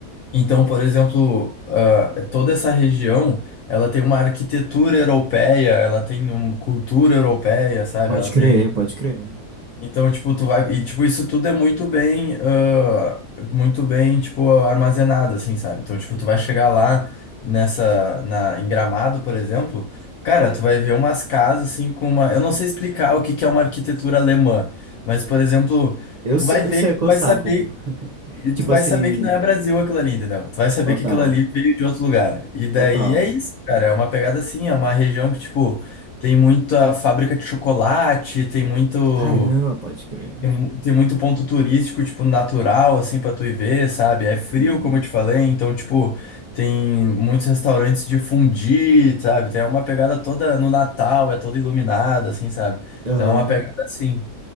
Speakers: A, on the left; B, on the right.
A: Então, por exemplo, ah, toda essa região, ela tem uma arquitetura europeia, ela tem uma cultura europeia, sabe?
B: Pode
A: Ela
B: crer,
A: tem.
B: pode crer.
A: Então, tipo, tu vai. E, tipo, isso tudo é muito bem. ah, muito bem, tipo, armazenado, assim, sabe? Então, tipo, tu vai chegar lá nessa. Na, em Gramado, por exemplo. Cara, tu vai ver umas casas, assim, com uma. Eu não sei explicar o que que é uma arquitetura alemã, mas, por exemplo.
B: Eu,
A: Tu
B: se-
A: vai
B: eu
A: ver,
B: sei
A: e tu
B: qual
A: vai
B: saco.
A: saber
B: <laughs>
A: e
B: Tipo
A: tu vai
B: assim,
A: saber que não é Brasil aquilo ali, entendeu? Tu vai saber
B: total.
A: que aquilo ali veio de outro lugar. E daí
B: Total.
A: é isso, cara. É uma pegada assim, é uma região que, tipo, tem muita fábrica de chocolate, tem muito.
B: Caramba, pode crer.
A: Tem, mu- tem muito ponto turístico, tipo, natural, assim, pra tu ir ver, sabe? É frio,
B: Uhum.
A: como eu te falei, então, tipo, tem muitos restaurantes de fondue, sabe? Tem uma pegada toda no Natal, é toda iluminada, assim, sabe?
B: Aham.
A: Então é uma pegada assim.